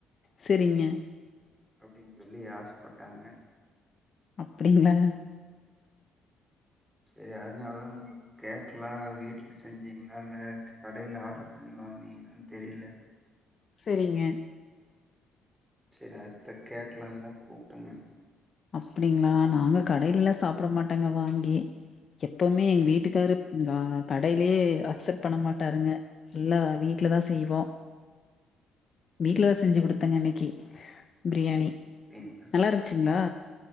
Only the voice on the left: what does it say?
செரிங்க
அப்டிங்ளா
செரிங்க
அப்டிங்களா நாங்க கடைலல்லா சாப்ட மாட்டங்க வாங்கி எப்பவுமே எங்க வீட்டுக்காரு வா கடையிலயே அக்செப்ட் பண்ண மாட்டாருங்க எல்லா வீ வீட்லதா செய்வோம் வீட்டுலதா செஞ்சு குடுத்தங்க இன்னைக்கி பிரியாணி
நல்லா இருந்துச்சுங்களா